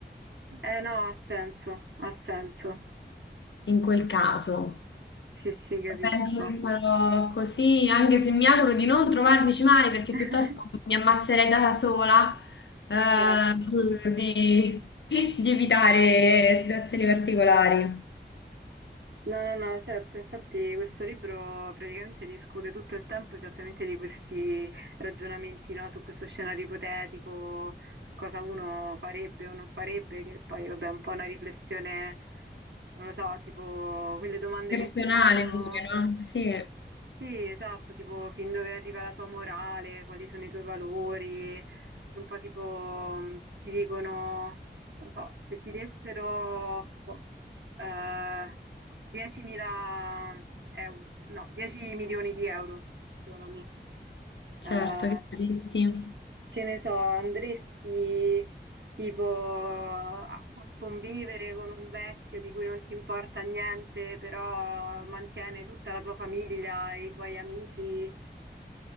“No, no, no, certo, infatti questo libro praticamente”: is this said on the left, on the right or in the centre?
Right